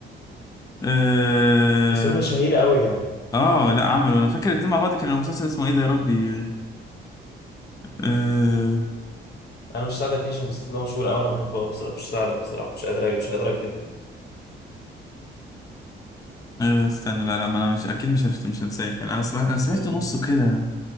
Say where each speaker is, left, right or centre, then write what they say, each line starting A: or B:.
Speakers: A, on the left; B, on the left.
A: اه
B: بس دول مشاهير قوي يعني
A: آه، لا عملوا انا فاكر الاتنين مع بعض كان المسلسل اسمه ايه ده يا ربي آه
B: انا مش ساعدك فيه عشان المسلسل ده مشهور قوي انا بحبه قوي بصراحة مش ساعدك بصراحة مش قادر مش قادر اكدب
A: آه استنى لا لا ما انا مش اكيد مش هفت- مش هنساه كان انا سمعت انا سمعت
B: مم.
A: نصه كده